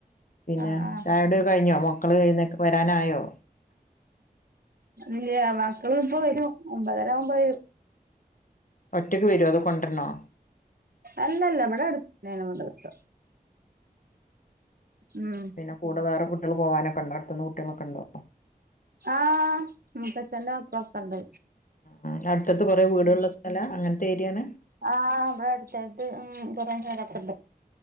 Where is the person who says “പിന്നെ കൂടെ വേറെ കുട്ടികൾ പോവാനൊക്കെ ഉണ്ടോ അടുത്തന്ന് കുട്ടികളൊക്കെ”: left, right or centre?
Left